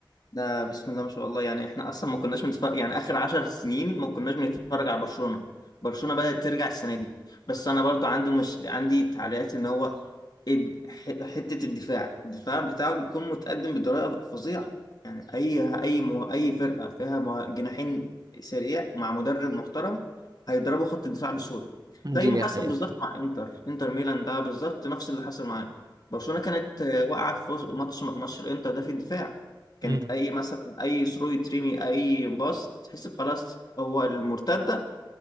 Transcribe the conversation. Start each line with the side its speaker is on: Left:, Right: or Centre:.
Left: ده بسم الله ما شاء الله يعني احنا اصلا ما كناش بنتفرج يعني اخر عشر سنين ما كناش بنتفرج على برشلونة برشلونة بدأت ترجع السنة دي بس انا برضو عندي مش عندي تعليقات ان هو ال- ح- حتة الدفاع الدفاع بتاعه بيكون متقدم بطريقة فظيعة يعني اي اي مو... اي فرقة فيها مه- جناحين سريع مع مدرب محترم هيضربوا خط الدفاع بسهولة
Right: دي
Left: زي ما حصل
Right: حقيقه
Left: بالظبط
Right: فعلا
Left: مع انتر انتر ميلان ده بالظبط نفس اللي حصل معاه برشلونة كانت آه، واقعة في وسط- ماتش ماتش الانتر ده في الدفاع كانت
Right: مم.
Left: اي مثلا اي ثرو يترمي اي باص تحس خلاص هو المرتده